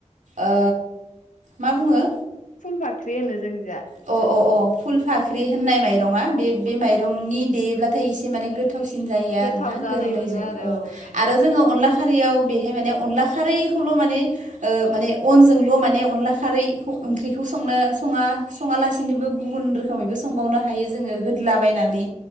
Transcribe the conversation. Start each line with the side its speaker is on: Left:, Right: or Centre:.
Right: ओ मा बुङो
Left: फुल बाख्रि होनो जोंनि
Right: अ अ अ फुल फाख्रि होननाय माइरङा
Left: औ
Right: बे
Left: फुल
Right: बे
Left: फाख्रि
Right: माइरंनि देयोब्लाथाय एसे माने गोथाव थावसिन जायो
Left: गोथाव
Right: आरोना
Left: जानाय
Right: गोललै
Left: मोनो
Right: जों
Left: आरो
Right: ओ
Left: औ बेनो
Right: आरो जोङो अनला खारैयाव बेहाय माने अनला खारैखौल' माने ओ माने अनजोंल' माने अनला खारै खौ ओंख्रिखौसो संनो सङा सङालासिनोबो गुबुन रोखोमैबो संबावनो हायो जोङो होदलाबायनानै